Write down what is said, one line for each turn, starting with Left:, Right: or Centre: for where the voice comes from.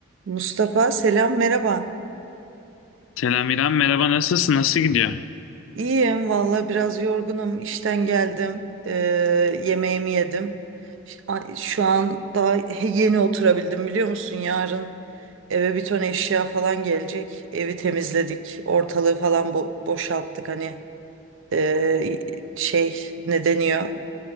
Right: Mustafa selam merhaba.
Left: Selam İrem, merhaba nasılsın? Nasıl gidiyor?
Right: İyiyim valla biraz yorgunum işten geldim Ee, yemeğimi yedim. Ş- a- Şu an daha he- yeni oturabildim biliyor musun? Yarın eve bir ton eşya falan gelecek. Evi temizledik ortalığı falan bo- boşalttık hani ee, şey ne deniyor?